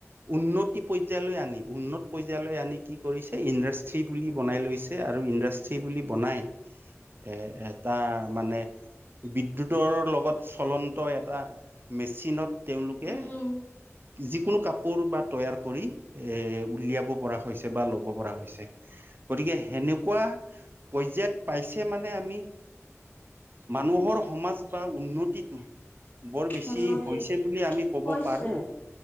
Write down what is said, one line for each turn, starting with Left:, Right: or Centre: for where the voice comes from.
Right: উন্নতি পৰ্যায়লৈ আনিম উন্নত পৰ্যায়লৈ আনি কি কৰিছে ইণ্ডাষ্ট্ৰি বুলি বনাই লৈছে আৰু ইণ্ডাষ্টি বুলি বনাই এ এটা মানে বিদ্যুতৰ লগত চলন্ত এটা মেচিনত তেওঁলোকে
Left: উম,
Right: যিকোনো কাপোৰ বা তৈয়াৰ কৰি এ উলিয়াব পৰা হৈছে বা লব পৰা হৈছে গতিকে সেনেকুৱা পৰ্যায় ইয়াত পাইছে মানে আমি মানুহৰ সমাজ বা উন্নতিটো বৰ বেছি
Left: উন্নতি
Right: হৈছে বুলি আমি ক'ব
Left: হৈছে।
Right: পাৰো